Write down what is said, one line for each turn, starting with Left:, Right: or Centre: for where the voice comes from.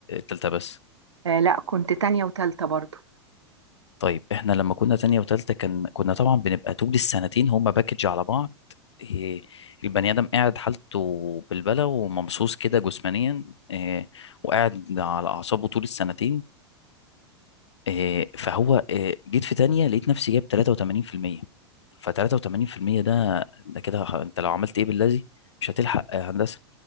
Left: تالتة بس
Right: آه لا كنت تانية وتالتة برضو
Left: طيب احنا لما كنا تانية وتالتة كان كنا طبعا بنبقى طول السنتين هما باكج على بعض إيه، البني آدم قاعد حالته بالبلة وممسوس كده جسمانيا إيه، وقاعد على أعصابه طول السنتين إيه، فهو إيه، جيت في تانية لقيت نفسي جايب 83% ف 83% ده ده كده ه- أنت لو عملت إيه باللذي مش هتلحق آه، هندسة